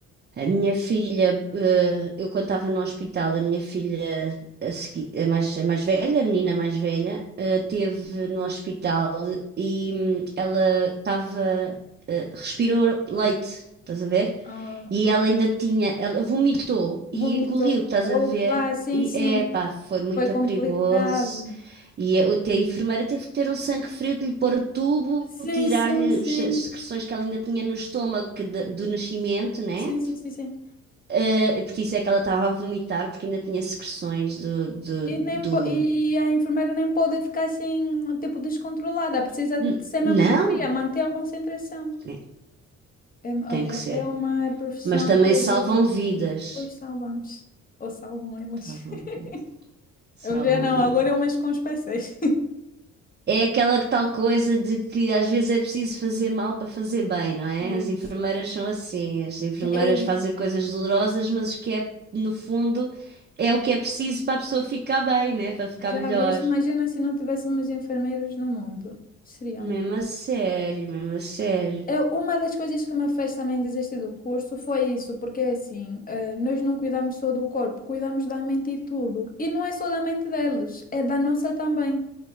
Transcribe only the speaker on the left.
Ah,
vomito,
opa,
sim,
sim,
foi complicado.
Sim,
sim, sim,
sim, sim, sim, sim.
E, nem, po- e
a enfermeira nem pode ficar assim, tipo, descontrolada. Precisa de
ser mesmo
fria, manter a concentração.
É, olha,
é uma profissão
que exige.
Pois salvamos. Ou salvam elas.
<laughs>
Eu
já não,
agora eu mexo com os PCs.
É isso.
É isso.
Já
viste? Imagina se não tivéssemos enfermeiros no mundo. Seria
Eu- Uma das coisas que me fez também desistir do curso foi isso, porque é assim, eh, nós não cuidamos só do corpo, cuidamos da mente e tudo. E não é só da mente deles, é da nossa também.